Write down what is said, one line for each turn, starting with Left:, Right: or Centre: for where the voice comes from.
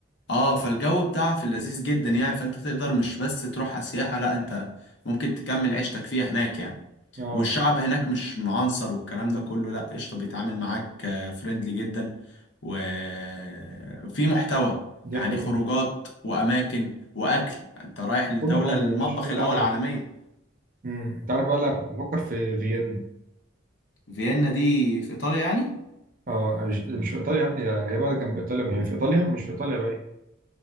Left: آه فالجو بتاعها في اللذيذ جدا يعني فأنت تقدر مش بس تروحها سياحة لأ أنت ممكن تكمل عيشتك فيها هناك يعني
Right: اه
Left: والشعب هناك مش معنصر والكلام ده كله لا قشطة بيتعامل معاك فريندلي جدا وفي محتوى
Right: دي
Left: يعني
Right: حقيقة
Left: خروجات وأماكن وأكل أنت رايح لدولة
Right: كل حاجة
Left: المطبخ
Right: يا باشا كل
Left: الأول
Right: حاجة
Left: عالميا
Right: امم انت عارف بقى لا كنت بفكر في فيينا
Left: فيينا دي في إيطاليا يعني
Right: اه مش مش في ايطاليا يا ابني لا هي بلد جنب ايطاليا ما هي في ايطاليا مش في ايطاليا بقى هي